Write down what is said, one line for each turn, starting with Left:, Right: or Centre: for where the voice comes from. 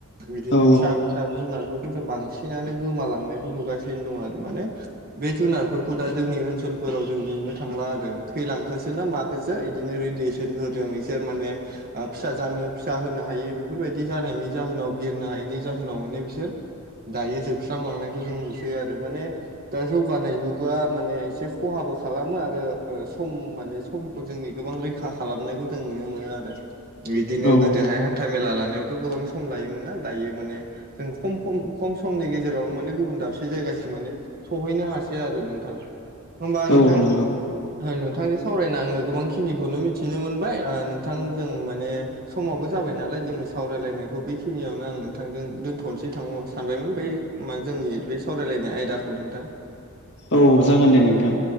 Right: बिदिनो
Left: औ
Right: फिसा फिसा जुनारफोरखौ जों बांसिनानो गोमालांनायखौ नुगासिनो दं आरो। माने बे जुनारफोरखौ दा जोंनि ओनसोलफोराव जों नुनो थांला आरो। थैलांखो खोना माखासो बिदिनो रेडियेसन होदों बिसोर माने आ फिसा जानो फिसा होनो हायै बेफोरबायदि जानायनि जाहोनाव बिरनो हायैनि जाहोनाव माने बिसोर दायो जोबस्रांलांनायखौ जों नुसै आरो। माने दा जौगानाय जुगा माने एसे खहाबो खालामो आरो ओ सम माने समखौ जोंनि गोबां रैखा खालामनायखौ जों नुनो मोनो आरो। बिदिनो
Left: औ
Right: गोदोहाय था मेला लानायावथ' गोबां सम लायोमोन ना दायो माने जों खम खम, खम समनि गेजेरावनो माने गुबुन दाबसे जायगासिम माने सहैनो हासै आरो नोंथां। होमबा नोंथां
Left: औ नंगौ
Right: नोंथांजों सावरायना आङो गोबांखिनिखौनो मिथिनो मोनबाय ओ नोंथां जों माने समाबो जाबाय नालाय जोंनि सावरायलायनायखौ बेखिनियावनो आं नोंथांजों दोनथ'नोसै थां सानबायमोन। बै मा जोंनि बे सावरायलायनाय आयदाखौ नोंथां।
Left: औ जागोन दे नोंथां